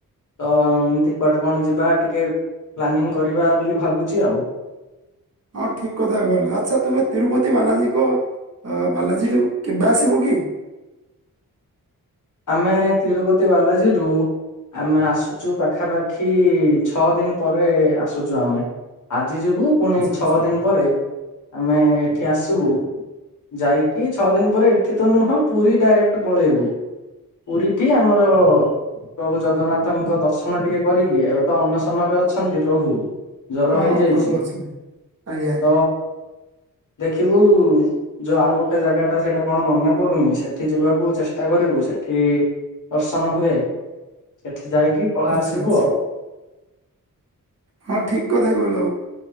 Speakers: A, on the left; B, on the right.
A: ତ ଏମିତି କୁଆଡେ କଣ ଯିବା ଟିକେ ପ୍ଲାନିଂ କରିବା ବୋଲି ଭାବୁଛି ଆଉ।
B: ହଁ ଠିକ କଥା କହିଲ ଆଚ୍ଛା ତୁମେ ତିରୁପତି ବାଲାଜୀ କ ଅ ବାଲାଜୀକୁ କେବେ ଆସିବୁ କି?
A: <inaudible> ଆମେ ତିରୁପତି ବାଲାଜୀରୁ ଆମେ ଆସୁଛୁ ପାଖାପାଖି ଛଅ ଦିନ ପରେ ଆସୁଛୁ ଆମେ। ଆଜି ଯିବୁ ପୁଣି
B: ଆଚ୍ଛା
A: ଛଅ
B: ଆଚ୍ଛା
A: ଦିନ ପରେ ଆମେ ଏଠି ଆସିବୁ ଯାଇକି ଛଅ ଦିନ ପରେ ଏଠି ତ ନୁହଁ ପୁରୀ ଡାଇରେକ୍ଟ ପଳେଇବୁ ପୁରୀଟି ଆମର ପ୍ରଭୁ ଜଗନ୍ନାଥଙ୍କ ଦର୍ଶନ ଟିକେ କରିକି ଏବେ ତ ଅନ୍ନଶନରେ ଅଛନ୍ତି ପ୍ରଭୁ ଜର
B: ହଁ
A: ହେଇଯାଇଛିୁ,
B: ପ୍ରଭୁ ଅଛନ୍ତି ଆଜ୍ଞା
A: ତ ଦେଖିବୁ ଯୋଉ ଆଉ ଗୋଟେ ଜାଗା ଟା ସେଇଟା କଣ ମନେ ପଡୁନି ସେଠି ଯିବାକୁ ଚେଷ୍ଟା କରିବୁ ସେଠାକୁ ଏଠି ଦର୍ଶନ ହୁଏ, ସେଠି ଯାଇକି ପଳ
B: ଆଚ୍ଛା
A: ଆସିବୁ
B: ଆଚ୍ଛା।
A: ଆଉ‌। <inaudible>
B: ହଁ ଠିକ କଥା କହିଲ